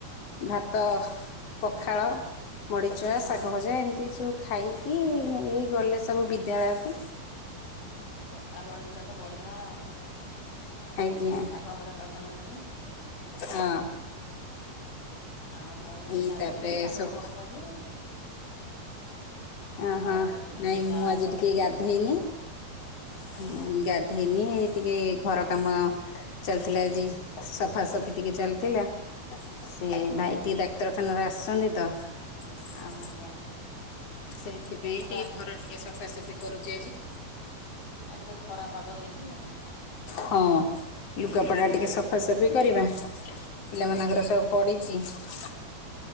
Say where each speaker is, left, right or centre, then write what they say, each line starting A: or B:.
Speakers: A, on the left (about 40°); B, on the left (about 90°).
A: ଭାତ ପଖାଳ ବଢି ଚୁରା
B: ହଁ
A: ଶାଗ ଭଜା ଏମିତି ସବୁ ଖାଇକି ଏଇ ଗଲେ ସବୁ ବିଦ୍ୟାଳୟକୁ।
B: ପଖାଳ ବଢି ଚୁରା ତ ବଢିଆ ଆଉ,
A: ଆଜ୍ଞା
B: ଶାଗ ହଜା ତା ସାଙ୍ଗରେ ଟିକେ।
A: ହଁ।
B: ଆଉ ମୁଁ ସେ
A: ଏଇ
B: ଗାଧେଇକି
A: ତାପରେ
B: ଠାକୁର
A: ସବୁ
B: ପୂଜା କଲି।
A: ଅହୋ
B: ଆଉ ହଉଛି
A: ନାଇଁ
B: ଚା
A: ମୁଁ ଆଜି
B: କରିଥିଲି
A: ଟିକେ ଗାଧେଇନି। ହଁ
B: ଆଜ୍ଞା
A: ଗାଧେଇନି ଟିକେ ଘର କାମ ଚାଲିଥିଲା ଆଜି ସଫା ସଫି ଟିକେ ଚାଲିଥିଲା। ସେ
B: ଓହୋ।
A: ଭାଇ ଟିକେ ଡାକ୍ତରଖାନାରୁ ଆସିଛନ୍ତି ତ, ଆଉ
B: ଆଜ୍ଞା ଆଜ୍ଞା।
A: ସେଇଥିପାଇଁ
B: ତାପରେ
A: ଟିକେ
B: ଆଜି
A: ଘର ଟିକେ ସଫାସଫି କରୁଛି ଆଜି।
B: ଆଜି ଟିକେ ଖରା ପାଗ ଦେଇଛି।
A: ହଁ, ଲୁଗାପଟା ଟିକେ ସଫାସଫି କରିବା। ପିଲାମାନଙ୍କର
B: ହଁ।
A: ସବୁ ପଡିିଚି ଚି